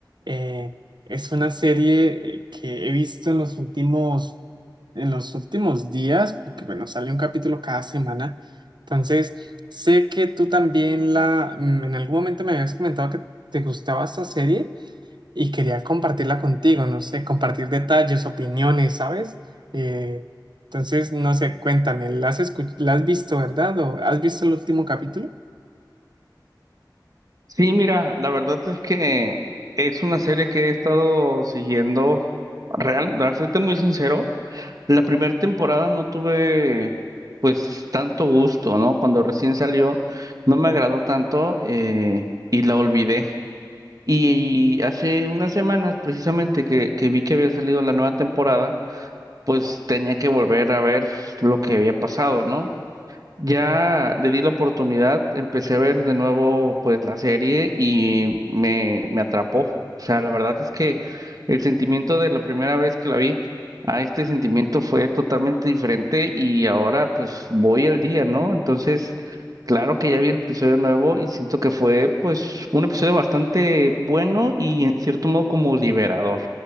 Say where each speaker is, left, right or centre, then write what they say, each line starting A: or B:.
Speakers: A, on the right; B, on the right.
A: Eh, es una serie eh, que he visto en los últimos, en los últimos días, porque, bueno, sale un capítulo cada semana. Entonces, sé que tú también la, mm, en algún momento me habías comentado que te gustaba esta serie. y quería compartirla contigo, no sé, compartir detalles, opiniones, ¿sabes? Eh, entonces, no sé, cuéntame, ¿la has escu- la has visto, verdad? ¿O has visto el último capítulo?
B: Sí, mira, la verdad es que es una serie que he estado siguiendo, real, para serte muy sincero, la primera temporada no tuve pues tanto gusto, ¿no? Cuando recién salió no me agradó tanto eh, y la olvidé. Y hace unas semanas, precisamente que, que vi que había salido la nueva temporada, pues tenía que volver a ver lo que había pasado, ¿no? Ya le di la oportunidad, empecé a ver de nuevo pues la serie y me, me atrapó. O sea, la verdad es que el sentimiento de la primera vez que la vi a este sentimiento fue totalmente diferente y ahora pues voy al día, ¿no? Entonces, claro que ya vi el episodio nuevo y siento que fue pues un episodio bastante bueno y en cierto modo como liberador.